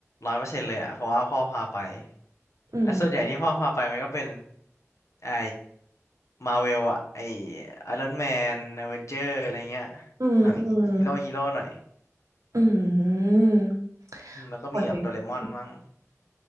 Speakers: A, on the left; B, on the right.
A: ร้อยเปอร์เซ็นต์เลยอะเพราะว่าพ่อพาไป
B: อืม
A: และส่วนใหญ่ที่พ่อพาไปมันก็เป็นไอมาเวลอะไอไอรอนแมนอเวนเจอร์อะไรเงี้ย
B: อืมอืม
A: หนังฮีโร่ฮีโร่หน่อย
B: อืม
A: อืมแล้วก็มีแบบโดเรมอนมั่ง
B: โอ้ย